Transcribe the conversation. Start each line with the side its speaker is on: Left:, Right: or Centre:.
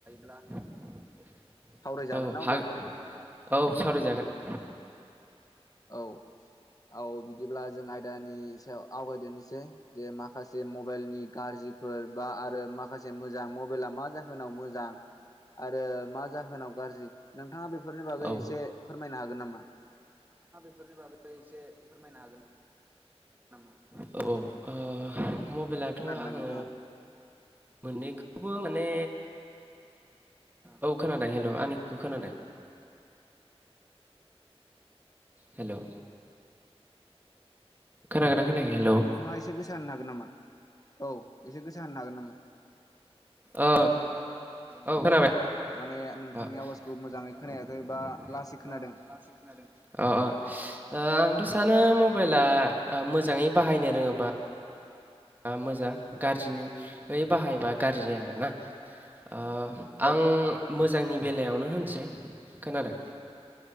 Right: <inaudible>
Left: सावरायजागोन
Right: औ
Left: ना
Right: हा
Left: अब्ला
Right: सावरायजागोन औ सावराय जागोन
Left: औ औ बिदिब्ला जों आयदानि सायाव आवगायदेनोसै जे मा माखासे मबाइलनि गाज्रिफोर बा आरो माखासे मोजां मबाइला मा जाहोनाव मोजां आरो मा जाहोनाव गाज्रि नोंथाङा बेफोरनि बागै
Right: औ
Left: एसे फोरमायनो हागोन नामा
Right: बेफोरनि बागै एसे फोरमायनो हागोन नामा औ ओ मबाइलाथ'
Left: खोनादोंना
Right: आङो
Left: नोंथाङा
Right: मोननैखौबो माने औ खोनादों हेल' आनिखौ खोनादों हेलौ खोनागोना खोनायाखै हेल' हेल'
Left: नोंथाङा एसे गोसा होनो हागोन नामा औ एसे गोसा होननो हागोन नामा
Right: ओ औ खोनाबाय
Left: माने नोंथांनि
Right: माने
Left: आवाजखौ मोजाङै
Right: नोंथांनि आवाजखौ
Left: खोनायाखै
Right: मोजाङै
Left: बा
Right: खोनायाखै
Left: लासै खोनादों
Right: बा लासै खोनादों ओ ओ औ आंथ' सानो मबाइला मोजाङै बाहायनो रोङोबा मोजां गाज्रियै बाहायबा गाज्रि आरोना ओ आं
Left: औ
Right: मोजांनि बेलायावनो होनसै खोनादों